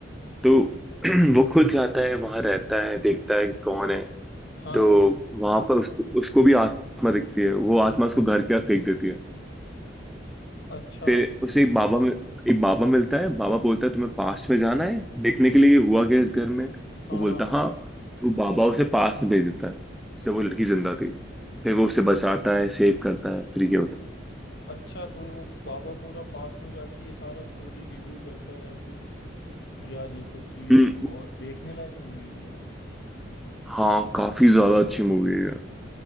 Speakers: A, in the centre; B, on the left.
A: तो <clears throat> वो खुद जाता है वहां रहता है देखता है कौन है
B: हाँ
A: तो
B: हाँ
A: वहां पर उसको उसको भी आत्मा दिखती है वो आत्मा उसको घर के बाहर फेंक देती है
B: अच्छा
A: फिर उसे एक बाबा में एक बाबा मिलता है बाबा बोलता है तुम्हें पास में जाना है देखने के लिए ये हुआ क्या इस घर में
B: हाँ
A: वो बोलता
B: हाँ हाँ
A: है, हाँ
B: हाँ
A: तो बाबा उसे पास में भेज देता है जब वो लड़की जिंदा थी फिर वो उसे बचाता है सेव करता है फिर क्या होता
B: अच्छा तो वो बाबा पूरा पास्ट में जाके ये सारा स्टोरी रिव्यू करता है और फिर यार ये तो सीरियसली
A: है हम्म,
B: बहुत देखने लायक मूवी है यार
A: हाँ काफी ज्यादा अच्छी मूवी है ये।